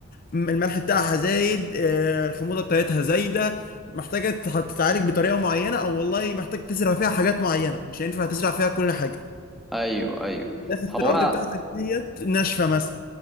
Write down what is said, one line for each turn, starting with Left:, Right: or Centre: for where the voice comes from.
Left: م- الملح بتاعها زايد آه، الحموضه بتاعتها زايده محتاجه تت- تتعالج بطريقه معينه او والله محتاج تزرع فيها حاجات معينه مش هينفع تزرع فيها كل حاجه
Centre: أيوه أيوه
Left: حته
Centre: هو
Left: الارض بتاعتك ديت ناشفه مثلا